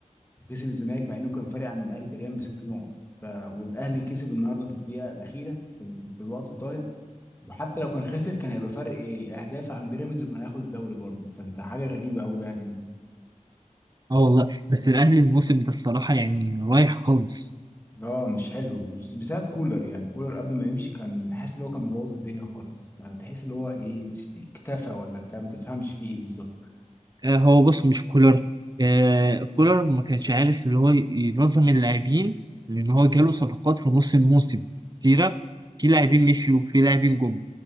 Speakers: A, on the left; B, on the right.
A: وكسب الزمالك مع انه كان فارق عن الاهلي تقريبا بست نقط ف... والاهلي كسب النهارده في الدقيقه الاخيره في, ال- في الوقت الضايع وحتى لو كان خسر كان هيبقى فرق إيه، اهداف عن بيراميدز وكان هياخد الدوري برضه فانت حاجه غريبه قوي الاهلي
B: اه والله بس الاهلي الموسم ده الصراحه يعني رايح خالص
A: اه مش حلو بس- بسبب كولر يعني كولر قبل ما يمشي كان بحس ان هو كان مبوظ الدنيا خالص ما تحس ان هو ايه اكتفى ولا بتاع ما تفهمش فيه ايه بالظبط
B: آه هو بص مش كولر آه كولر ما كانش عارف اللي هو ي- ينظم اللاعبين لان هو جاله صفقات في نص الموسم كتيره في لاعبين مشيوا في لاعبين جم